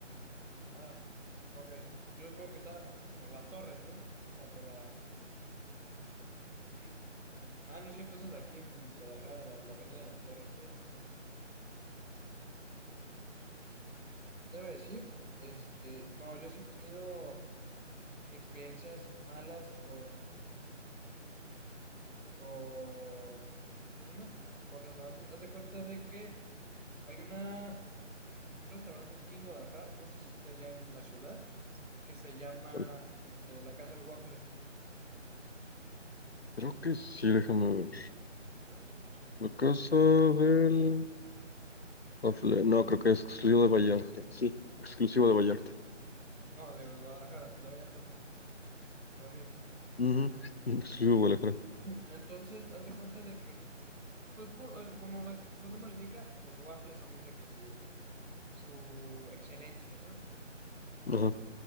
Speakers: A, on the right; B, on the left.
A: Ah, ok. Y yo supongo que está por la torre, ¿no? O sea, por la... Es que... Ah, no es cierto, esa es aquí en Guadalajara, la, la Avenida de las Torres. <laughs> Te voy a decir, este, no, yo sí he tenido experiencias malas con, con, ¿cómo se llama? Con restaurantes. Haz de cuenta de que hay una, un restaurante aquí en Guadalajara, no sé si está allá en la ciudad, que se llama,
B: Pues,
A: este, La Casa del Waffle.
B: Creo que sí, déjame ver.
A: Oh, chico, chico.
B: La casa del... waffle- No, creo que es exclusivo de Vallarta. Sí, exclusivo de Vallarta.
A: No, de Guadalajara, pues, de Vallarta no, pero sí.
B: Ujú, Exclusivo de Guadalajara.
A: Entonces, haz de cuenta de que, pues, por- eh, como la, que- su nombre lo indica, los waffles son de que su, su excelencia, ¿no?
B: Ajá.